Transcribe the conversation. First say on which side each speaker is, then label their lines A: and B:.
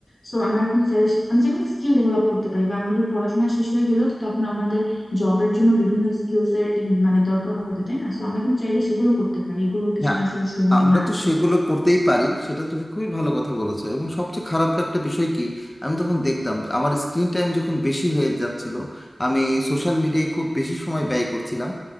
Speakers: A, on the left (about 65°); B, on the left (about 25°).
A: সো আমরা কিন্তু চাই মানে যে কোনো স্কিল ডেভেলপ করতে পারি বা আমাদের পড়াশোনা শেষ হয়ে গেলেও তো তখন আমাদের জবের জন্য বিভিন্ন স্কিলস এর ইম- মানে দরকার হবে তাই না সো আমরা কিন্তু চাইলে সেগুলো করতে পারি এগুলোর পিছনে
B: হ্যাঁ
A: আসলে সময়
B: আমরা
A: না
B: তো
A: দিয়ে
B: সেগুলো করতেই পারি সেটা তুমি খুবই ভালো কথা বলেছো এবং সবচেয়ে খারাপ একটা বিষয় কি আমি তখন দেখতাম যে আমার স্ক্রিন টাইম যখন বেশি হয়ে যাচ্ছিল আমি সোশ্যাল মিডিয়ায় খুব বেশি সময় ব্যয় করছিলাম